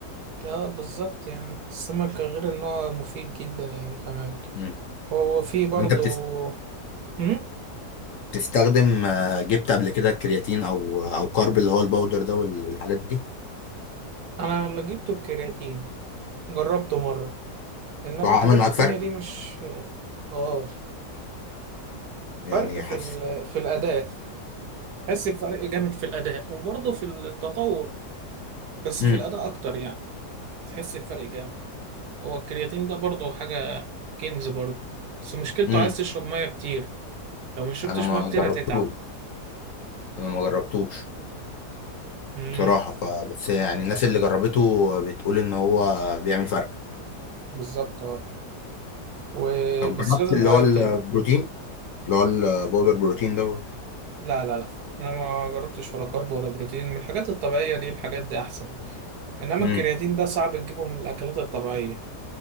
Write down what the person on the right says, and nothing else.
اه بالظبط يعني السمك غير ان هو مفيد جدا يعني كمان
هو فيه برضو
مم؟
انا اللي جبته الكرياتين جربته مرة انما
الحاجات
التانية
دي مش اه
فرق في
ال... في الاداء تحس بفرق جامد في الاداء وبرضه في التطور بس
في الاداء اكتر يعني تحس بفرق جامد هو الكرياتين ده برضه حاجة كنز برضه بس مشكلته
عايز تشرب مية كتير لو ما شربتش
مية كتير
هتتعب
امم
بالظبط اه و...
بس
لازم
مية
كتير
لا لا لا انا ما جربتش ولا كارب ولا بروتين من الحاجات الطبيعية دي الحاجات دي احسن انما
الكرياتين ده صعب تجيبه من الاكلات الطبيعية